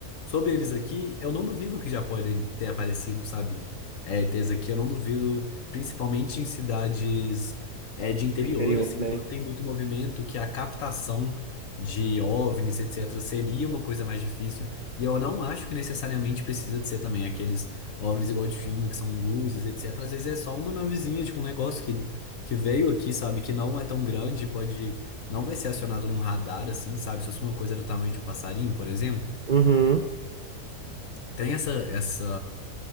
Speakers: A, on the left (about 60°); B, on the right (about 50°).
A: sobre eles aqui, eu não duvido que já podem ter aparecido, sabe? É, ter isso aqui, eu não duvido, principalmente em cidades é, de interior,
B: do interior,
A: assim,
B: né?
A: que não tem muito movimento, que a captação de OVNIs, etc., seria uma coisa mais difícil. E eu não acho que necessariamente precisa de ser também aqueles OVNIs igual de filme, que são luzes, etc. Às vezes é só uma navezinha, tipo um negócio que, que veio aqui, sabe? Que não é tão grande, pode não vai ser acionado num radar, assim, sabe? Se fosse uma coisa é do tamanho de um passarinho, por exemplo.
B: Uhum.
A: Tem essa, essa,